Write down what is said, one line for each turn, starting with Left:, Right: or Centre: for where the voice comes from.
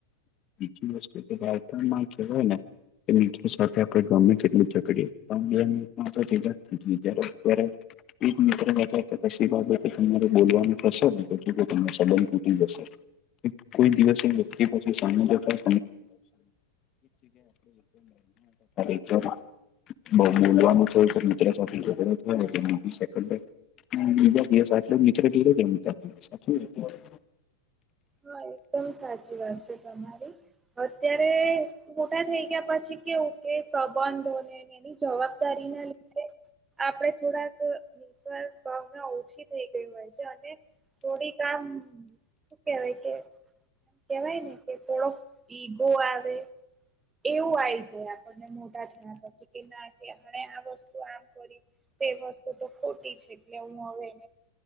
Left: બીજી વસ્તુ કે બાળપણમાં જે હોય ને <inaudible> એક મિત્ર <inaudible> પસી બાબતે તમારે બોલવાનું થશેને કેમ કે પોતાનો સંબંધ તૂટી જશે. કોઈ દિવસે વ્યક્તિ <inaudible> સામે જોતા જ <inaudible> બહુ બોલવાનું થાય કે મિત્ર સાથે <inaudible> <inaudible>
Right: હ, એકદમ સાચી વાત છે તમારી, અત્યારે મોટા થઈ ગયા પછી કેવું કે, સંબંધોને એની જવાબદારીના લીધે આપણે થોડાક નિસ્વાર્થ ભાવના ઓછી થઈ ગઈ હોય છે, અને થોડીક આમ શું કેવાય કે કેવાયને કે થોડોક ઇગો આવે એવું આયી જાય આપણને મોટા થયા પછી કે, ના કે એમણે આ વસ્તુ આમ કરી. તે વસ્તુ તો ખોટી છે, એટલે હું હવે